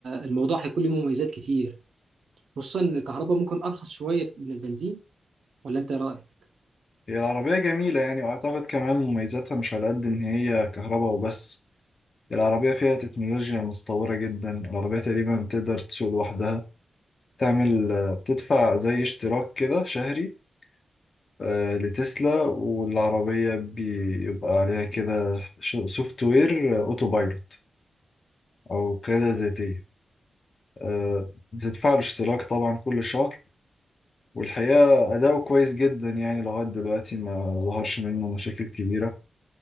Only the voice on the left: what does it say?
هي العربيه جميله يعني واعتقد كمان مميزاتها مش على قد ان هي كهرباء وبس العربيه فيها تكنولوجيا متطوره جدا العربيه تقريبا تقدر تسوق لوحدها تعمل آه، بتدفع زي اشتراك كده شهري آه، لتسلا والعربيه بيبقى عليها كده سوفت وير اوتو بايلوت او قياده ذاتيه آه، بتدفع له اشتراك طبعا كل شهر والحقيقة أداؤه كويس جدا يعني لغاية دلوقتي ما ظهرش منه مشاكل كبيرة